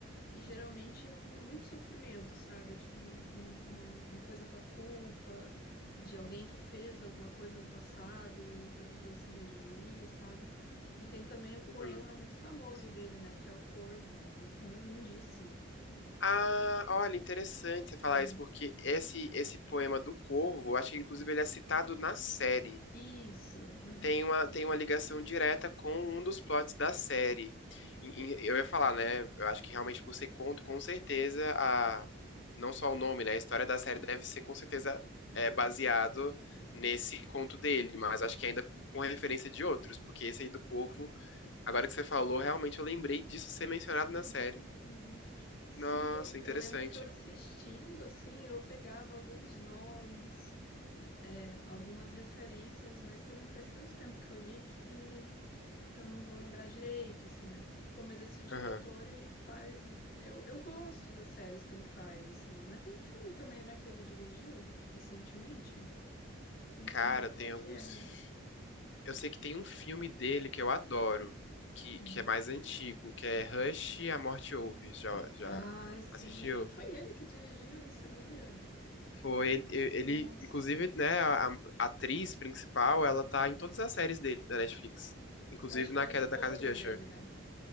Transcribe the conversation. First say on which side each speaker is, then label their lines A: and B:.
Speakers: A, on the left; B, on the left.
A: E geralmente é um muito sofrimento, sabe? É Tipo, um- um- uma, uma coisa com a culpa de alguém que fez alguma coisa no passado e tá tentando se redimir, sabe? E tem também o poema
B: Uhum.
A: muito famoso dele, né? Que é O Corvo, que é um poema lindíssimo.
B: Ah, olha, interessante você falar
A: É,
B: isso, porque esse, esse poema do Corvo, eu acho que inclusive ele é citado na série.
A: isso. aham.
B: tem uma, tem uma ligação direta com um dos plots da série. Em- em- eu ia falar, né? Eu acho que realmente por ser conto, com certeza, a, não só o nome, né? A história da série deve ser com certeza é, baseado nesse conto dele, mas acho que ainda com referência de outros, porque esse aí do Corvo, agora que você falou, realmente eu lembrei disso ser mencionado
A: Uhum,
B: na série.
A: uhum. Sim,
B: Nossa,
A: eu, eu
B: interessante.
A: lembro que eu assistindo, assim, eu pegava alguns nomes, é, algumas referências, mas também faz tanto tempo que eu li que que eu não vou lembrar direito, assim, né? Pô, mas esse diretor,
B: Aham.
A: ele faz. Eu, eu gosto das séries que ele faz, assim. Mas tem um filme também, né, que ele dirigiu recentemente. Tem
B: Cara,
A: que lembrar qual
B: tem
A: que
B: alguns
A: era.
B: Eu sei que tem um filme dele que eu adoro, que,
A: Uhum.
B: que é mais antigo, que é Rush, A Morte Ouve. Já, já
A: Ah, sim.
B: assistiu?
A: Foi ele que dirigiu, nem sabia.
B: Foi ele, ele-
A: Nossa.
B: inclusive, né, a, a atriz principal, ela tá em todas as séries dele da Netflix, inclusive
A: Eu acho que
B: na
A: ela
B: Queda
A: é esposa
B: da Casa de Usher.
A: dele, né?